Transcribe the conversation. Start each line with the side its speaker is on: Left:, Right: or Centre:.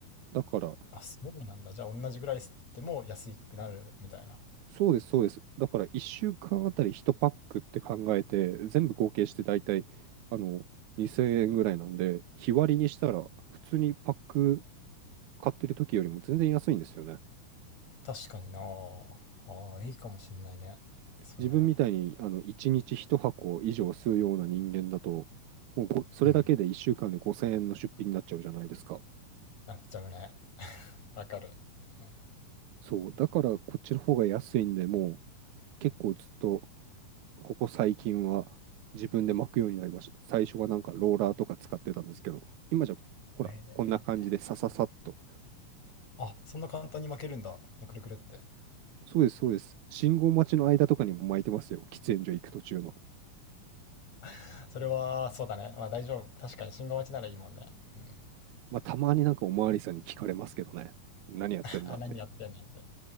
Right: だから、
Left: あ、そうなんだ。じゃあ、同じぐらい吸っても安くなるみたいな。
Right: そうです、そうです。だから、1週間あたり1パックって考えて、全部合計して大体、あの、2000円ぐらいなんで、日割りにしたら、普通にパック買ってる時よりも全然安いんですよね。
Left: 確かにな。ああ、いいかもしんないね。そういうのも。
Right: 自分みたいにあの1日1箱以上吸うような人間だと、もうごそれだけで1週間で5000円の出費になっちゃうじゃないですか。
Left: うん。やっちゃうね。<laughs> わかる。うん、
Right: そう、だからこっちの方が安いんで、もう結構ずっとここ最近は自分で巻くようになりました。最初はなんかローラーとか使ってたんですけど、今じゃほら、
Left: へ
Right: こんな感じでさささっと。
Left: え。あ、そんな簡単に負けるんだ。もうくるくるって。
Right: そうです、そうです。信号待ちの間とかにも巻いてますよ。喫煙所行く途中の。
Left: <laughs> それは、そうだね。まあ大丈夫。確かに信号待ちならいいもんね。うん。
Right: まあ、たまになんかおまわりさんに聞かれますけどね。何やってんだって。
Left: <laughs> あ、何やってんのって。